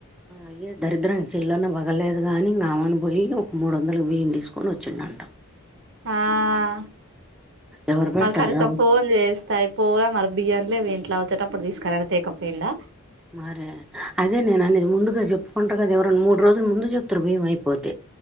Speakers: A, in the centre; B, on the right (about 55°).
A: అయ్యే దరిద్రానికి సేల్లన్న పగలేదుగా అనీ ఇంగ్ ఆమెను పోయి ఒక మూడు వందలు బియ్యం తీసుకొని ఒచ్చిండ్ అంట
B: ఆహ్
A: ఎవరు పెడతార్రా
B: నాక్ కనీసం ఫోన్ చేస్తే అయిపోగా మరి బియ్యంలేవ్ ఇంట్ల్ ట్ల ఓచ్చేటప్పుడు తీసుకురా తేకపోయిండా
A: మరే అదే నేను అనేది ముందుగా చెప్పుకుంటారు కదా ఎవరనా మూడ్ రోజుల్ ముందు చెప్తారు బియ్యం అయిపోతే